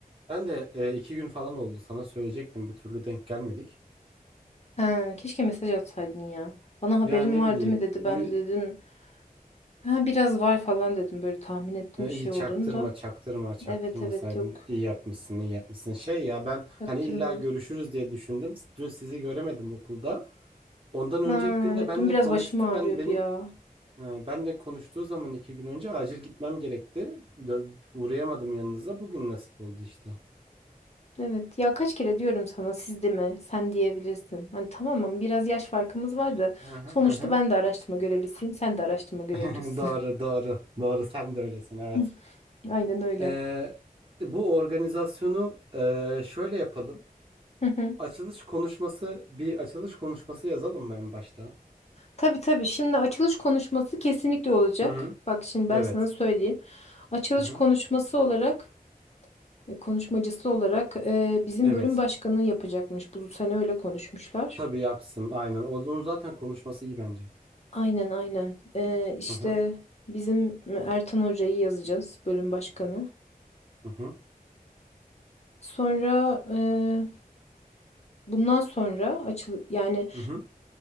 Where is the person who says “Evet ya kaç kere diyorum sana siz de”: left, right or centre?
Left